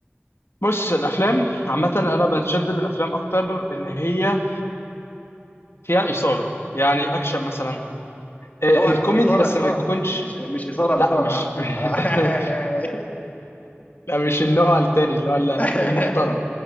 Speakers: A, on the left; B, on the left.
A: بص الافلام عامه انا بتشد للافلام اكتر اللي هي فيها اثاره يعني اكشن مثلا آه،
B: اوعى
A: الكوميدي
B: تكون اثاره
A: بس
B: اثاره
A: ما يكونش
B: مش مش اثاره
A: لا
B: اثاره
A: مش
B: ها
A: <laughs> لا مش النوع التاني اللي هو ال-
B: <laughs>
A: المحترم